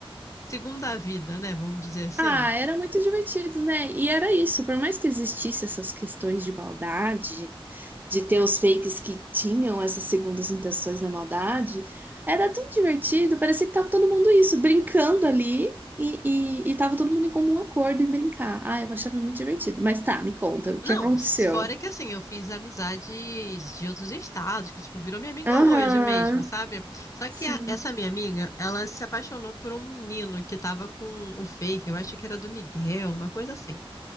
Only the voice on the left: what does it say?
segunda vida, né? Vamos dizer assim.
Não,
fora que assim, eu fiz amizades de outros estados, que tipo, virou minha amiga
hoje mesmo, sabe? Só
que a- essa minha amiga, ela se apaixonou por um menino que tava com o fake, eu acho que era do Miguel, uma coisa assim.